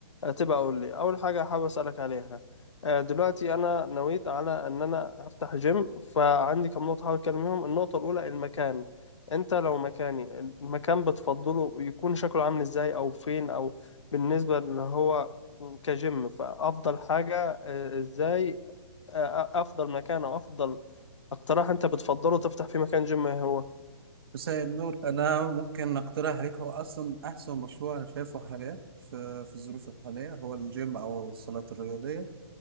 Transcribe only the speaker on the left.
تبقى اقول لي اول حاجه حابب اسالك عليها آه، دلوقتي انا نويت على ان انا افتح جيم فعندي كم نقطه حابب اتكلم فيهم النقطه الاولى المكان انت لو مكاني المكان بتفضله يكون شكله عامل ازاي او فين او بالنسبه ان هو كجيم فافضل حاجه آه، ازاي آه، افضل مكان او افضل اقتراح انت بتفضله تفتح في مكان جيم إيه هو